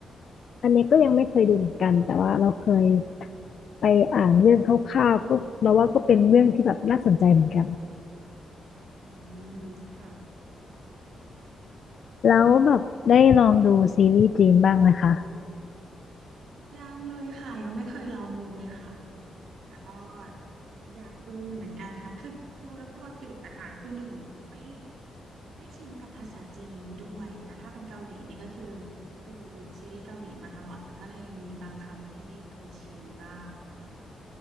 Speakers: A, on the left (about 55°); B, on the right (about 80°).
A: อันนี้ก็ยังไม่เคยดูเหมือนกันแต่ว่าเราเคยไปอ่านเรื่องคร่าวๆก็เราว่าก็เป็นเรื่องที่แบบน่าสนใจเหมือนกัน
B: อืมค่ะ
A: แล้วแบบได้ลองดูซีรีส์จีนบ้างไหมคะ
B: ยังเลยค่ะยังไม่เคยลองดูเลยค่ะ แต่ก็อยากดูอยู่เหมือนกันค่ะ คือดูแล้วกลัวติดอะค่ะ คือหนึ่งไม่ไม่ชินกับภาษาจีนด้วยแต่ถ้าเป็นเกาหลีนี่ก็คือดูซีรีส์เกาหลีมาตลอดมันก็เลยยังมีบางคำที่เคยชินบ้างเนี่ยค่ะ